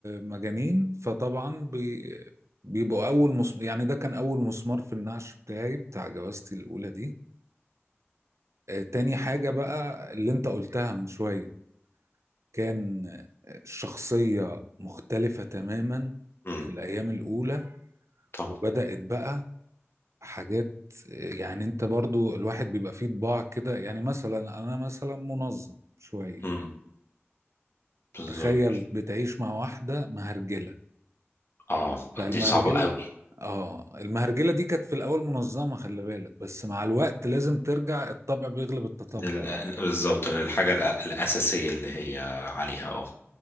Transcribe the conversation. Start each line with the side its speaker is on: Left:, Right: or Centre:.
Right: مجانين فطبعا بي بيبقوا اول مص... يعني ده كان اول مسمار في النعش بتاعي بتاع جوازتي الاولى دي آه، تاني حاجه بقى اللي انت قلتها من شويه كان الشخصيه مختلفه تماما
Left: مم.
Right: في الايام الاولى
Left: طب
Right: وبدات بقى حاجات يعني انت برضو الواحد بيبقى فيه طباع كده يعني مثلا انا مثلا منظم شوية
Left: مم. بالظبط
Right: تخيل بتعيش مع واحدة مهرجلة
Left: اه
Right: فالمهرجلة
Left: دي صعبة قوي
Right: اه المهرجلة دي كانت في الأول منظمة خلي بالك بس مع الوقت لازم ترجع الطبع بيغلب التطبع
Left: لل-
Right: بقى
Left: بالظبط للحاجة الأ- الأساسية اللي هي عليها اه